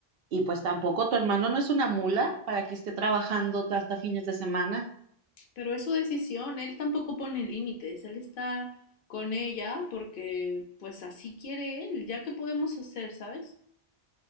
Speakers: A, on the right (about 70°); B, on the left (about 65°).
A: Y pues tampoco tu hermano no es una mula para que esté trabajando hasta fines de semana.
B: Pero es su decisión, él tampoco pone límites, él está con ella porque pues así quiere él, ya que podemos hacer, ¿sabes?